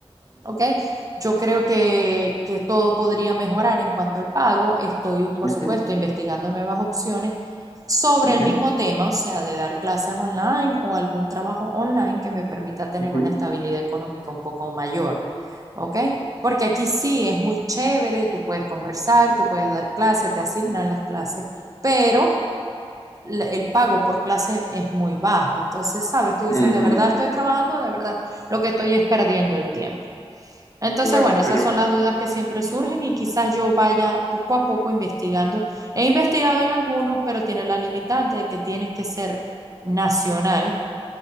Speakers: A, on the right; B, on the left.
A: ¿ok? Yo creo que, que todo podría mejorar en cuanto al pago. Estoy, por
B: Ujú,
A: supuesto,
B: ujú,
A: investigando nuevas opciones sobre
B: ujú,
A: el mismo tema, o sea, de dar clases online o algún trabajo online que me permita tener
B: ujú,
A: una estabilidad económica un poco mayor, ¿ok? Porque aquí sí es muy chévere, tú puedes conversar, tú puedes dar clases, te asignan las clases, pero la- el pago por clase es muy bajo. Entonces, sabes, tú dices,
B: ujú.
A: de verdad estoy trabajando, de verdad lo que estoy es perdiendo el tiempo. Entonces,
B: Claro,
A: bueno, esas
B: pero
A: son las dudas que siempre surgen y quizás yo vaya poco a poco investigando. He investigado en algunos, pero tiene la limitante de que tienes que ser nacional